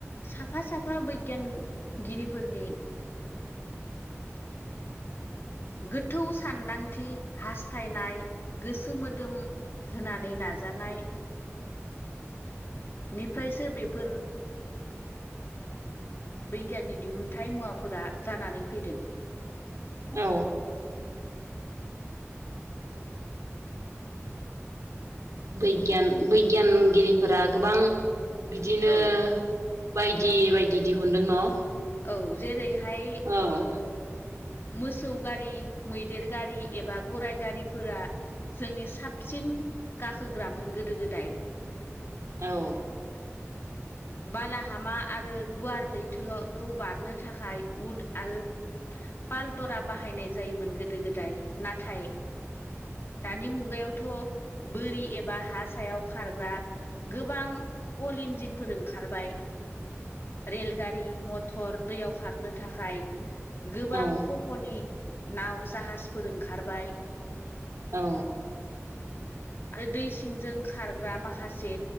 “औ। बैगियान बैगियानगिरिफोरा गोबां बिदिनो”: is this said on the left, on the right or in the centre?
Right